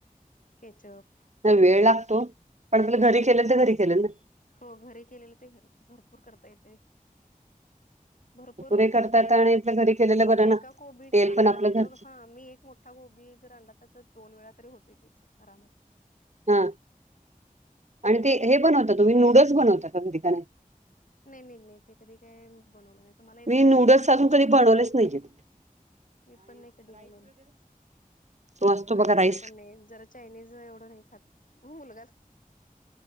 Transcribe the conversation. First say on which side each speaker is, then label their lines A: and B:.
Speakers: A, on the left; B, on the right.
A: केचप
B: नाही वेळ लागतो पण आपल्या
A: हो
B: घरी केलेल त घरी केलेल ना.
A: हो घरी केलेलं ते घरी भरपूर करता येतेय. भरपूर होत
B: हे करतात
A: ना ते
B: आणि आपलं घरी केलेलं बरं
A: एका
B: ना
A: कोबीच
B: तेल
A: आम्ही
B: पण आपलं
A: अर्ध
B: घरच
A: हा मी एक. मोठा गोबी जर आणला त्याच दोन वेळा तरी होत त्याच आरामात.
B: हा आणि ते हे पण होत तुम्ही नूडल्स बनवता का घरी का नाही.
A: नही नही नही ते कधी काय बनवलं नाही. तुम्हाला येते
B: मी
A: का
B: नूडल्स
A: ते
B: अजून कधी बनवलेच नाहीजीत.
A: मी पण नाही कधी बनवल,
B: तो असतो
A: नाही
B: बघा राईस
A: ते पण नाही जरा चायनीज एवढं नाही खात मुलगाच